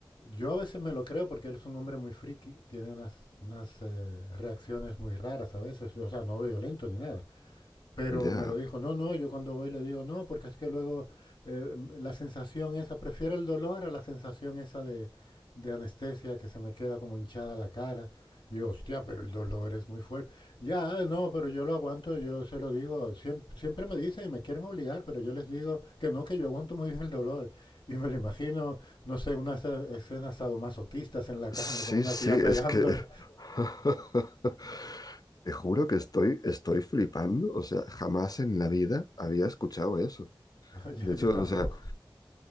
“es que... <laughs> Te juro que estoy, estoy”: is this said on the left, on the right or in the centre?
Left